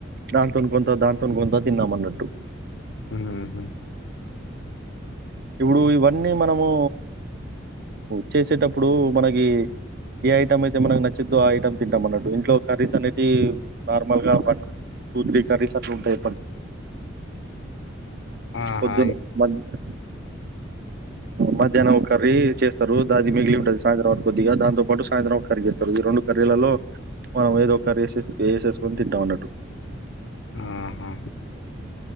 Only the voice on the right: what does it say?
దాంతోను కొంత దాంతోను కొంత తిన్నాం అన్నట్టు.
ఇప్పుడు ఇవన్నీ మనము చేసేటప్పుడు మనకి ఏ ఐటమ్ అయితే మనకు నచ్చిద్ధో ఆ ఐటమ్ తింటాం అన్నట్టు ఇంట్లో కర్రీస్ అనేవి నార్మల్ గా వన్. టూ, త్రీ కర్రీస్ అట్లా ఉంటాయి.
పొద్దునే, మధ్యా మధ్యాహ్నం ఒక్కర్రీ చేస్తారు. అది మిగిలింటాది. సాయంత్రానికి కొద్దిగా దాంతో పాటు సాయంత్రం ఒకర్రీ చేస్తారు. ఈ రెండూ కర్రీలలో మనం ఏదో కర్రీ వేస వేసేసుకొని తింటాం అన్నట్టు.